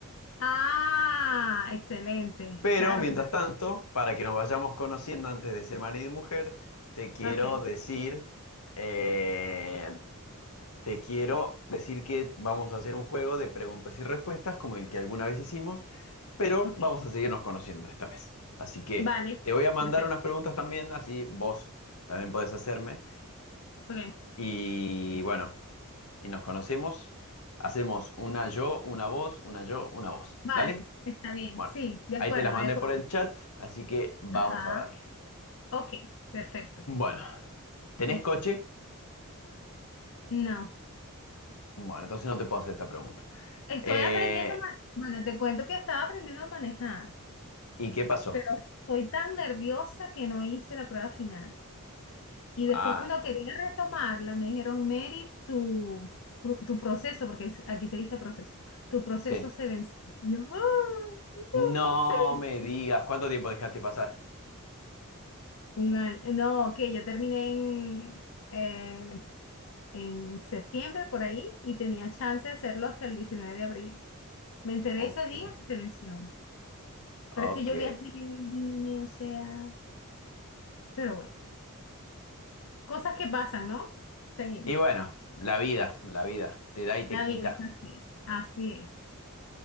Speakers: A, on the left; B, on the left.
A: ah, excelente.
B: Pero
A: Claro
B: mientras
A: que te...
B: tanto, para que nos vayamos conociendo antes de ser marido y mujer, te quiero
A: Ok,
B: decir, eh, te quiero decir que vamos a hacer un juego de preguntas y respuestas como el que alguna vez hicimos, pero
A: ok.
B: vamos a seguirnos conociendo esta vez. Así que
A: Vale,
B: te voy a mandar
A: perfecto.
B: unas preguntas también, así vos también podés hacerme.
A: Ok,
B: Y bueno, y nos conocemos. Hacemos una yo, una vos, una yo, una vos.
A: vale,
B: ¿Dale?
A: está bien,
B: Bueno,
A: sí, de
B: ahí
A: acuerdo,
B: te las mandé
A: de acuerdo.
B: por el chat, así que vamos
A: Ajá,
B: a darle.
A: ok, perfecto,
B: Bueno, ¿tenés
A: listo.
B: coche?
A: No,
B: Bueno, entonces no te puedo hacer esta pregunta.
A: estoy
B: Eh,
A: aprendiendo a manejar. Bueno, te cuento que estaba aprendiendo a manejar,
B: ¿y qué pasó?
A: pero estoy tan nerviosa que no hice la prueba final. Y después
B: Ah,
A: cuando quería retomarla, me dijeron, Mary, tu, pro- tu proceso, porque es- aquí se dice proceso, tu proceso
B: sí.
A: se venció. Yo, "Ah, no,
B: No
A: se
B: me
A: venció".
B: digas, ¿cuánto tiempo dejaste pasar?
A: Un año. No, que yo terminé en... eh, en septiembre por ahí y tenía chance de hacerlo hasta el 19 de abril. Me enteré
B: Ok,
A: ese día que se venció, pero
B: ok.
A: es que yo viajé, vine, o sea, pero bueno, cosas que pasan, ¿no? Seguimos.
B: Y bueno, la vida, la vida, te da y te
A: La
B: quita.
A: vida es así, así es.